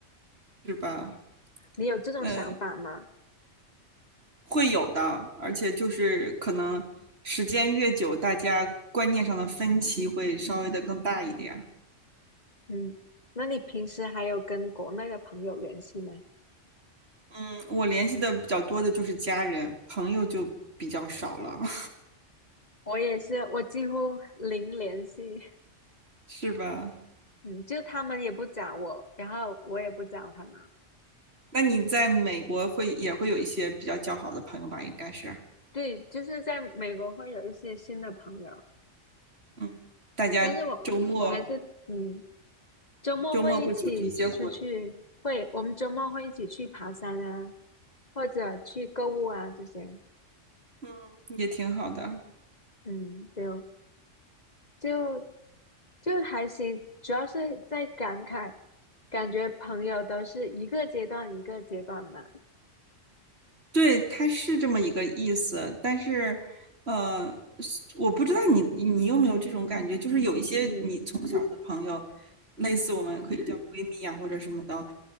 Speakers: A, on the right; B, on the left.
A: 是吧？
B: 你有这种想法吗？
A: 嗯，会有的，而且就是可能时间越久，大家观念上的分歧会稍微的更大一点。
B: 嗯，那你平时还有跟国内的朋友联系吗？
A: 嗯，我联系的比较多的就是家人，朋友就比较少了，<laughs>
B: 我也是，我几乎零联系。<laughs>
A: 是吧？
B: 嗯，就他们也不找我，然后我也不找他们。
A: 那你在美国会也会有一些比较交好的朋友吧？应该是，
B: 对，就是在美国会有一些新的朋友，
A: 嗯，大家周末
B: 但是我我还是嗯。周末会一起出去，
A: 周末会组织一些活，
B: 会，我们周末会一起去爬山啊，或者去购物啊这些。
A: 嗯，也挺好的。
B: 嗯，对哦就就还行，主要是在感慨，感觉朋友都是一个阶段一个阶段的。
A: 对，它是这么一个意思，但是，呃，是我不知道你你有没有这种感觉，就是有一些你从小的朋友，
B: 嗯，
A: 类似我们可以叫闺蜜啊或者什么的，